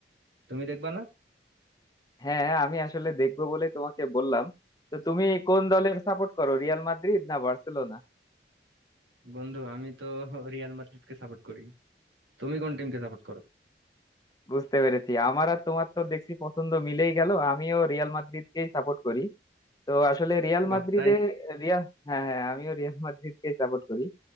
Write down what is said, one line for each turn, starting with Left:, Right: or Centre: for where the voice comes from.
Right: তুমি দেখবা না
Left: হ্যাঁ আমি আসলে দেখবো বলে তোমাকে বললাম তো তুমি কোন দলের সাপোর্ট করো রিয়াল মাদ্রিদ না বার্সেলোনা
Right: বন্ধু আমি তো রিয়াল মাদ্রিদকে সাপোর্ট করি তুমি কোন টিমকে সাপোর্ট করো
Left: বুঝতে পেরেছি আমার আর তোমার তো দেখছি পছন্দ মিলেই গেল আমিও রিয়াল মাদ্রিদকেই সাপোর্ট করি তো আসলে রিয়াল
Right: বাহ
Left: মাদ্রিদে
Right: তাই না
Left: রিয়াল হ্যাঁ হ্যাঁ আমিও রিয়াল মাদ্রিদকেই সাপোর্ট করি